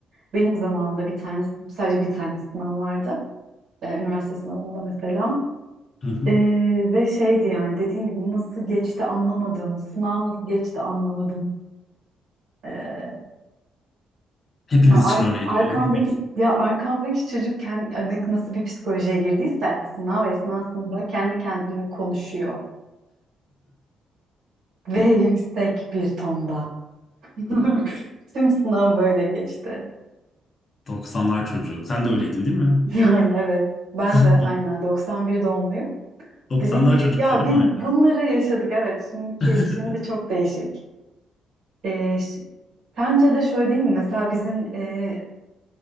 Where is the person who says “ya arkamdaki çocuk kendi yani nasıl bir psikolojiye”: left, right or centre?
Right